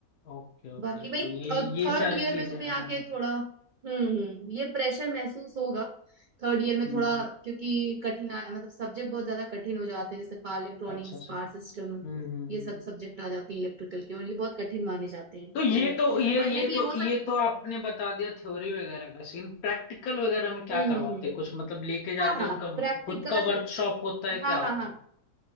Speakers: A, on the left (about 75°); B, on the right (about 80°).
A: ओके ओके
B: बाकी
A: तो
B: भाई
A: ये ये
B: अब थर्ड
A: सारी
B: ईयर
A: चीजें
B: में तुम्हें
A: हैं
B: आके
A: हाँ हाँ
B: थोड़ा हम्म हम्म ये प्रेशर महसूस होगा थर्ड ईयर में
A: हम्म,
B: थोड़ा
A: हम्म,
B: क्योंकि कठिनाई मतलब सब्जेक्ट बहुत ज्यादा कठिन हो जाते हैं जैसे पावर इलेक्ट्रॉनिक्स
A: अच्छा अच्छा
B: पावर सिस्टम
A: हम्म हम्म हम्म।
B: ये सब सब्जेक्ट आ जाते हैं इलेक्ट्रिकल के और ये बहुत कठिन माने जाते हैं
A: तो ये
B: तो
A: तो
B: ये
A: ये
B: सब पढ़ने
A: ये तो
B: भी हो सकते
A: ये तो आपने बता दिया थ्योरी वगैरह का सीन प्रैक्टिकल वगैरह में क्या
B: हम्म
A: करवाते
B: हम्म हम्म
A: हैं कुछ मतलब लेके जाते
B: हाँ
A: हैं
B: हाँ
A: उनका
B: प्रैक्टिकल
A: खुद का वर्कशॉप होता है
B: हाँ
A: क्या
B: हाँ
A: होता
B: हाँ
A: है